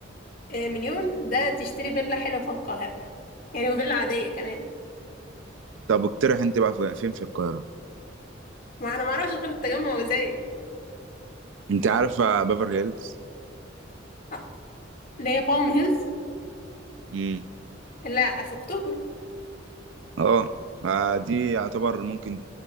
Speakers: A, on the left; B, on the right.
A: مليون ده تشتري فيلا حلوة في القاهرة يعني وفيلا عادية كمان
B: طب اقترح انت بقى في- فين في القاهرة
A: ما انا ما اعرفش غير التجمع وزايد
B: انت عارفة بافرلي هيلز
A: آه، اللي هي بالم هيلز
B: امم
A: لا في اكتوبر
B: اه آه، دي يعتبر ممكن